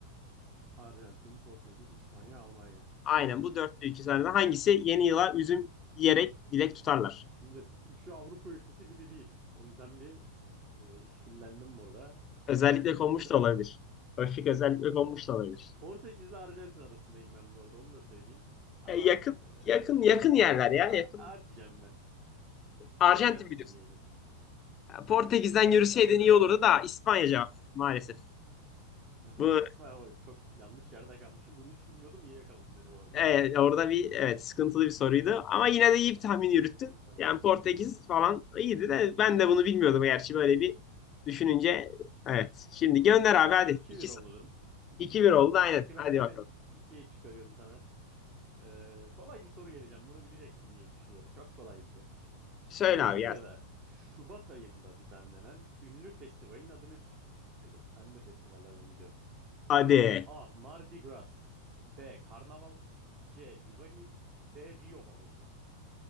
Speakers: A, on the right; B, on the left.
A: Arjantin, Portekiz, İspanya, Almanya.
B: Aynen
A: Hmm.
B: bu dörtlü iki tane hangisi yeni yıla üzüm yiyerek dilek tutarlar?
A: Şimdi üçü Avrupa ülkesi biri değil. O yüzden bir e, işkillendim burada.
B: Özellikle
A: O
B: konmuş
A: yüzden
B: da olabilir. O özellikle konmuş da olabilir.
A: e, Portekiz ile Arjantin arasındayım ben bu arada onu da söyleyeyim. Ama
B: Ya yakın
A: e,
B: yakın yakın yerler ya.
A: A-
B: Yakın
A: A diyeceğim ben.
B: Arjantin
A: Arjantin
B: biliyorsun.
A: diyeceğim.
B: Ya Portekiz'den
A: Evet
B: yürüseydin
A: son kararım.
B: iyi olurdu da İspanya cevap maalesef.
A: <laughs> Doğru
B: Bu
A: İsmail Hoca. Çok yanlış yerde kalmışım. Bunu hiç bilmiyordum. İyi yakaladın beni bu arada.
B: evet, orada bir evet sıkıntılı bir soruydu ama yine de iyi bir tahmin yürüttün.
A: Eline sağlık.
B: Yani Portekiz falan iyiydi de ben de bunu bilmiyordum gerçi böyle bir düşününce evet. Şimdi gönder abi hadi.
A: 2
B: 2-0
A: bir oldu durum. 2
B: 2-1
A: bir oldu.
B: oldu aynen.
A: Farkı ben
B: Hadi
A: hemen
B: bakalım.
A: ikiye çıkarıyorum sana. Ee, kolay bir soru geleceğim. Bunu bileceksin diye düşünüyorum. Çok kolay bir soru.
B: Söyle
A: Brezilya'da
B: abi gelsin.
A: Şubat ayında düzenlenen ünlü festivalin adı nedir? Ben de festivallerden gidiyorum.
B: Hadi.
A: A. Mardi Gras B. Karnaval C. Diwali D. Rio Balosu.